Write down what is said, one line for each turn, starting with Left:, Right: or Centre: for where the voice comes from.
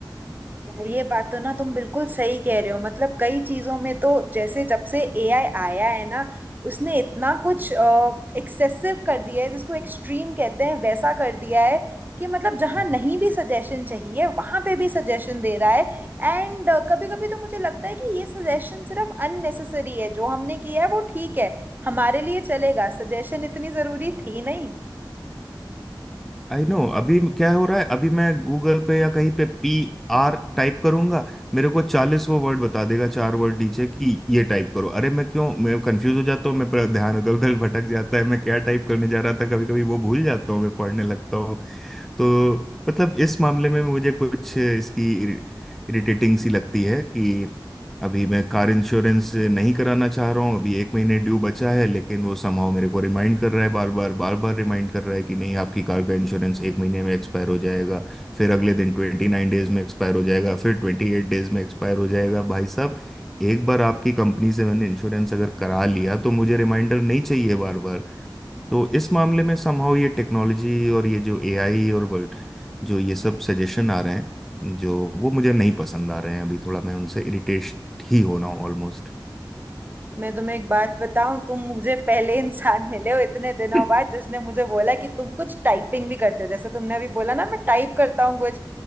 Right: यार ये बात तो ना तुम बिल्कुल सही कह रहे हो मतलब कई चीजों में तो जैसे जब से एआई आया है ना उसने इतना कुछ एक्सेसिव कर दिया है जिसको एक्सट्रीम कहते हैं वैसा कर दिया है कि मतलब जहाँ
Centre: हूँ
Right: नहीं भी सजेशन चाहिए वहां पे भी सजेशन दे रहा है एंड कभी कभी तो मुझे लगता है कि ये सजेशन सिर्फ अननेसेसरी है जो हमने किया है वो ठीक है हमारे लिए चलेगा सजेशन इतनी जरूरी थी नहीं
Centre: आई नो अभी क्या हो रहा है अभी मैं गूगल पे या कहीं पे पी आर टाइप करूंगा मेरे को चालीस वो वर्ड बता देगा चार वर्ड नीचे कि ये टाइप करो अरे मैं क्यों मैं कंफ्यूज हो जाता हूँ मैं पर- ध्यान इधर उधर भटक जाता है मैं क्या टाइप करने जा रहा था कभी कभी वो भूल जाता हूँ मैं पढ़ने लगता हूँ तो मतलब इस मामले में मुझे कुछ इसकी इरिटेटिंग सी लगती है कि अभी मैं कार इंश्योरेंस नहीं कराना चाह रहा हूँ अभी एक महीने ड्यू बचा है लेकिन वो समहाउ मेरे को रिमाइंड कर रहा है बार बार बार बार रिमाइंड कर रहा है कि नहीं आपकी कार का इंश्योरेंस एक महीने में एक्सपायर हो जाएगा फिर अगले दिन ट्वेंटी नाइन डेज में एक्सपायर हो जाएगा फिर ट्वेंटी एट डेज में एक्सपायर हो जाएगा भाई साहब एक बार आपकी कंपनी से मैंने इंश्योरेंस अगर करा लिया तो मुझे रिमाइंडर नहीं चाहिए बार बार तो इस मामले में समहाउ ये टेक्नोलॉजी और ये जो एआई और वर्ल्ड जो ये सब सजेशन आ रहे हैं जो वो मुझे नहीं पसंद आ रहे हैं अभी थोड़ा मैं उनसे इरिटेट ही हो रहा हूँ ऑलमोस्ट
Right: मैं तुम्हें एक बात बताऊं तुम मुझे पहले इंसान मिले हो इतने दिनों
Centre: <laughs>
Right: बाद जिसने मुझे बोला कि तुम कुछ टाइपिंग भी करते हो जैसे तुमने अभी बोला ना मैं टाइप करता हूँ कुछ